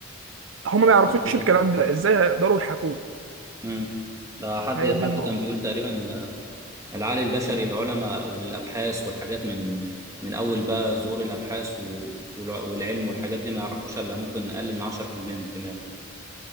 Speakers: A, on the right; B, on the right.
A: فهم ما
B: بالظبط
A: يعرفوش الكلام
B: كده
A: ده ازاي هيقدروا يحاكوه
B: امم آه، حد
A: هي دي
B: حد
A: النقطة
B: كان بيقول تقريبا العقل البشري العلماء والابحاث والحاجات من من اول بقى ظهور الابحاث و- والع- والعلم والحاجات دي ما يعرفوش الا ممكن اقل من 10% من الدماغ